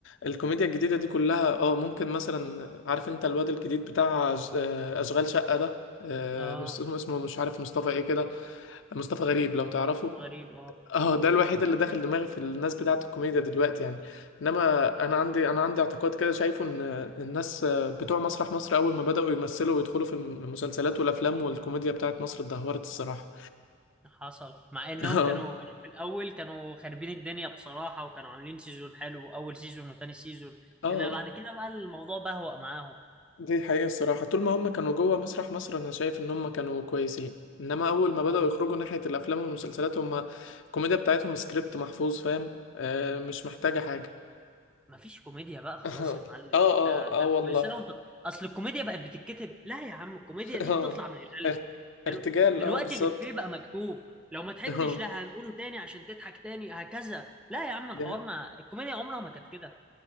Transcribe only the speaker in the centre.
اه
كانت غريب اه
حصل مع انهم
كانوا كانوا في الاول كانوا خاربين الدنيا بصراحه وكانوا عاملين سيزون حلو اول سيزون وتاني سيزون
انما بعد كده بقى الموضوع بهوأ معاهم
اه
مفيش كوميديا بقى خلاص
يا معلم
انت,
انت
كل سنه وانت اصل الكوميديا بقت بتتكتب لا يا عم الكوميديا
دي
بتطلع من القلب
دلو- دلوقتي
الإفيه بقى مكتوب لو ما ضحكتش
لا
هنقوله تاني عشان تضحك تاني هكذا لا يا عم الحوار
ما الكوميديا عمرها ما كانت كده